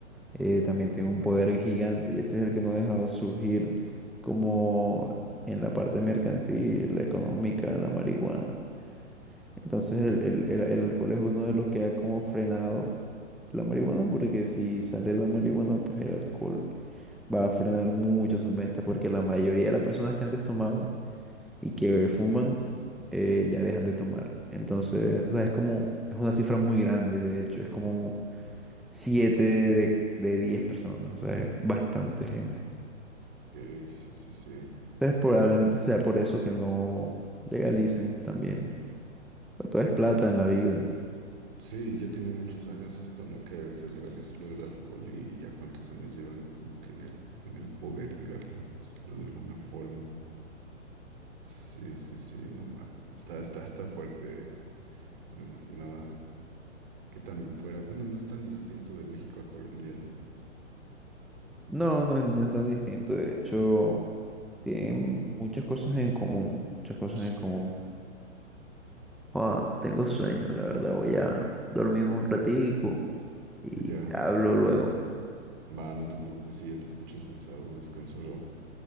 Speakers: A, in the centre; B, on the right (about 40°).
A: eh, también
B: Mm.
A: tiene un poder gigante y ese es el que no ha dejado surgir como en la parte mercantil, la económica, la marihuana. Entonces el, el el- el alcohol es uno de los que ha como frenado la marihuana, porque si sale la marihuana, pues el alcohol va a frenar mucho sus ventas porque la mayoría de las personas que antes tomaban y que
B: ujú.
A: fuman eh, ya dejan de tomar. Entonces, o sea, es como, es una cifra muy grande, de hecho, es como 7 de, de 10 personas, o sea, es bastante gente.
B: Ok, sí, sí, sí.
A: Entonces, probablemente sea por eso que no legalicen también. Pero todo es plata en la vida.
B: Sí, ya tiene muchos años esto, ¿no? Que se legalizó lo del alcohol y ya cuántos años llevan como que en el, en el poder, digamos, lo de alguna forma. Sí, sí, sí, nomás. Está, está, está fuerte, ¿eh? No me imaginaba que también fuera. Bueno, no es tan distinto de México a Colombia, ¿no?
A: No, no, es- no es tan distinto, de hecho, tienen muchas cosas en común, muchas cosas
B: Sí.
A: en común. Joa, tengo sueño, la verdad. Voy a dormir un ratico y
B: Ya.
A: te hablo luego.
B: Va, no te preocupes si ya te escuchas cansado. Descansa, Raúl.